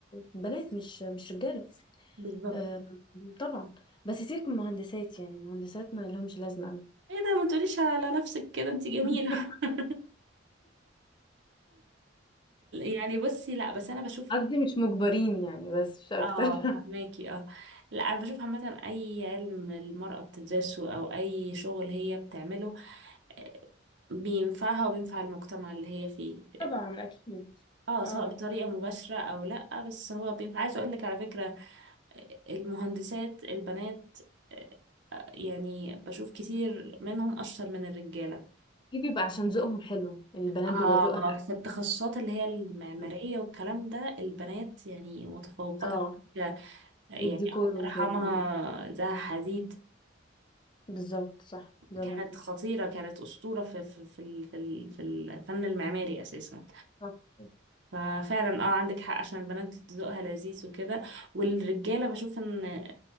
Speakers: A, on the left; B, on the right.
A: بنات مش مش رجاله
B: بالظبط
A: آه طبعا بس سيبك من المهندسات يعني المهندسات ما لهمش لازمه قوي
B: ايه ده ما تقوليش على نفسك كده انت جميلة
A: <laughs>
B: <laughs> يعني بصي لا بس انا بشوف
A: قصدي مش مجبرين يعني بس مش اكتر
B: اه
A: <laughs>
B: فهماكي اه لا انا بشوف عامة اي علم المرأة بتدرسه او اي شغل هي بتعمله آه، بينفعها وبينفع المجتمع اللي هي فيه
A: طبعا أكيد
B: اه سواء
A: اه
B: بطريقة مباشرة او لا بس هو بينفع عايزة اقول لك على فكرة آه، المهندسات البنات آه، يعني بشوف كتير منهم اشطر من الرجالة
A: دي بيبقى عشان ذوقهم حلو البنات
B: آه
A: بيبقى ذوقها
B: في التخصصات اللي هي المعمارية
A: حلو
B: والكلام ده البنات يعني متفوقات
A: اه
B: على فكرة. يعني
A: والديكور
B: الله
A: وكده
B: يرحمها
A: اه
B: زها حديد
A: بالظبط صح برافو
B: كانت
A: عليكي
B: خطيرة كانت أسطورة في في في ال- في ال- في الفن المعماري أساسا
A: صح
B: ففعلا اه عندك حق عشان البنات ذوقها لذيذ وكده والرجالة بشوف إن